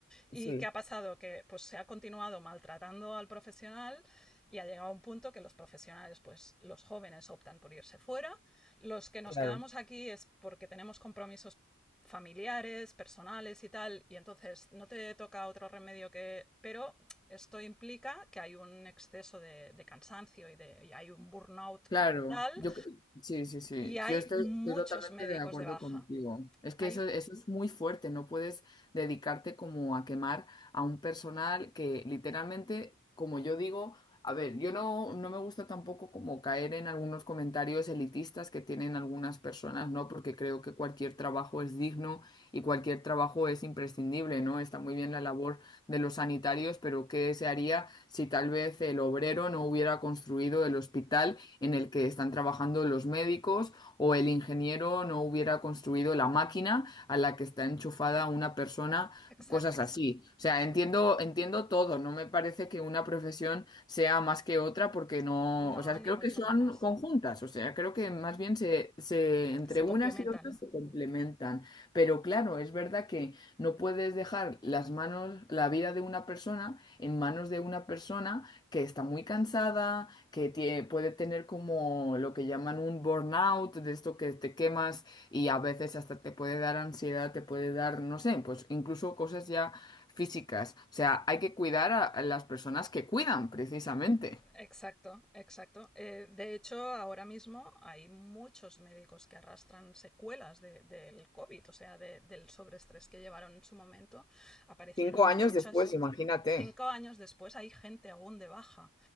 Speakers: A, in the centre; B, on the left.
A: ¿Y
B: sí.
A: qué ha pasado? Que pues se ha continuado maltratando al profesional y ha llegado a un punto que los profesionales, pues los jóvenes optan por irse fuera, los que nos
B: Claro.
A: quedamos aquí es porque tenemos compromisos familiares, personales y tal, y entonces no te toca otro remedio que... Pero esto implica que hay un exceso de, de cansancio y, de, y hay un burnout
B: Claro,
A: brutal
B: yo cre- sí, sí, sí.
A: y hay
B: Yo estoy,
A: muchos
B: estoy totalmente
A: médicos
B: de acuerdo
A: de baja.
B: contigo. Es que
A: Hay...
B: eso, eso es muy fuerte, no puedes dedicarte como a quemar a un personal que literalmente, como yo digo, a ver, yo no, no me gusta tampoco como caer en algunos comentarios elitistas que tienen algunas personas, ¿no? Porque creo que cualquier trabajo es digno y cualquier trabajo es imprescindible, ¿no? Está muy bien la labor de los sanitarios, pero ¿qué se haría si tal vez el obrero no hubiera construido el hospital? en el que están trabajando los médicos o el ingeniero no hubiera construido la máquina a la que está enchufada una persona,
A: Exacto.
B: cosas así. O sea, entiendo, entiendo todo, no me parece que una profesión sea más que otra porque no,
A: No,
B: o sea,
A: ni
B: creo
A: mucho
B: que son
A: menos.
B: conjuntas, o sea, creo que más bien se, se entre
A: Se
B: unas
A: complementan.
B: y otras se complementan. Pero claro, es verdad que no puedes dejar las manos, la vida de una persona en manos de una persona que está muy cansada que tie- puede tener como lo que llaman un burnout, de esto que te quemas y a veces hasta te puede dar ansiedad, te puede dar, no sé, pues incluso cosas ya físicas. O sea, hay que cuidar a a las personas que cuidan, precisamente.
A: Exacto, exacto. Eh, de hecho, ahora mismo hay muchos médicos que arrastran secuelas de- del COVID, o sea, de- del sobreestrés que llevaron en su momento. Aparecieron
B: Cinco
A: muchas...
B: años después, imagínate.
A: Cinco años después hay gente aún de baja.